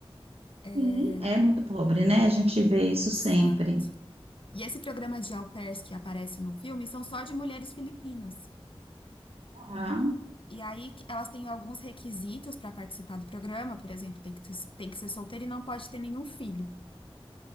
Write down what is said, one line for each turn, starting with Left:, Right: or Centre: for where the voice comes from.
Right: sim,
Left: É,
Right: é muito pobre, né? A gente vê isso
Left: Exato.
Right: sempre.
Left: E esse programa de au pairs que aparece no filme são só de mulheres filipinas.
Right: Aham,
Left: E aí que- elas têm alguns requisitos para participar do programa, por exemplo, tem que, ter- tem que ser solteira e não pode ter nenhum filho.